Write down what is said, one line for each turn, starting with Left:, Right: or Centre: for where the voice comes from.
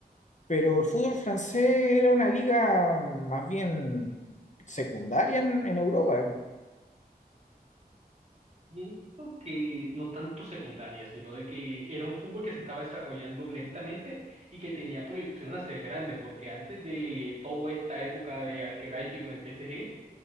Left: pero el fútbol francés era una liga más bien secundaria en, en Europa,
Right: Siento que no tanto secundaria, sino de que era un fútbol que se estaba desarrollando lentamente y que tenía proyección a ser grande, porque antes de toda esta época de Al-Khelaifi con el PSG,